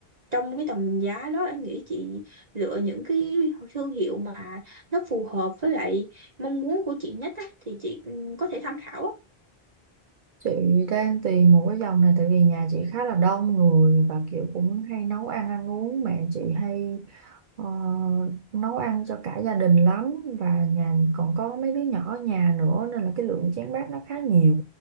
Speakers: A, on the right (about 40°); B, on the right (about 55°).
A: trong cái tầm giá đó em nghĩ chị lựa những cái thương hiệu mà nó phù hợp với lại mong muốn của chị nhất á, thì chị ừ, có thể tham khảo á.
B: chị đang tìm một cái dòng này tại vì nhà chị khá là đông người và kiểu cũng hay nấu ăn ăn uống mẹ chị hay ờ, nấu ăn cho cả gia đình lắm và nhà còn có mấy đứa nhỏ ở nhà nữa nên là cái lượng chén bát nó khá nhiều